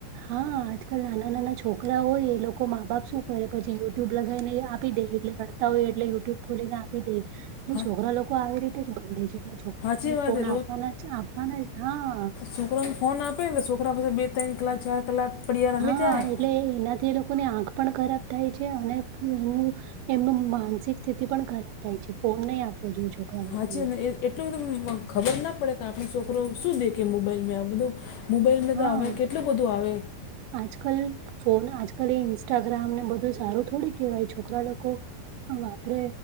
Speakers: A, on the right; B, on the left.
A: હા આજકાલ નાના નાના છોકરા હોય એ લોકો મા બાપ શું કરે પછી યુટ્યુબ લગાવીને આપી દે એટલે રડતા હોય એટલે યુટ્યુબ ખોલીને આપી દે એટલે
B: હા
A: છોકરા લોકો આવી રીતે જ બગડે છે. છોકરા
B: સાચી
A: લોકોને
B: વાત
A: ફોન
B: એ
A: આપવાના જ આપવાના જ હા.
B: છોકરોને ફોન આપે એટલે છોકરા પાસે બે ત્રણ કલાક ચાર કલાક પડ્યા રમી
A: હા
B: જાય
A: એટલે એનાથી એ લોકોને આંખ પણ ખરાબ થાય છે અને એ એમનું માનસિક સ્થિતિ પણ ખરાબ. ફોન નહી આપો જોયએ છોકરા લોકોને.
B: હાચી ને એટલું બધું ખબર ના પડે કે આપણ છોકરો શું દેખએ મોબાઈલમાં આ બધું. મોબાઈલમાં
A: હા
B: તો હવે કેટલું બધું આવે.
A: આજકાલ ફોન આજકાલ એ ઇન્સ્ટાગ્રામને બધું સારું થોડી કેહેવાય છોકરા લોકો વાપરે